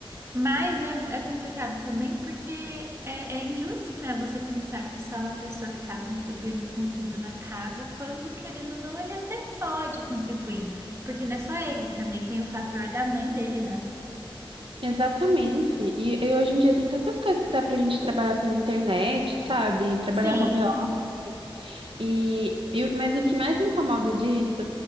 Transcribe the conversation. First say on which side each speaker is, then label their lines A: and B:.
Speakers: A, on the right; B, on the right.
A: Mas é, é complicado também porque é, é injusto, né? Você pensar que só uma pessoa que está contribuindo com tudo na casa, quando querendo ou não, ele até pode contribuir. Porque não é só ele, também tem o fator da mãe dele, né?
B: Exatamente. E, e hoje em dia tem tantas coisas que dá pra gente trabalhar pela internet, sabe? Trabalhar
A: Sim,
B: home office. E, e, o- mas o que mais me incomoda disso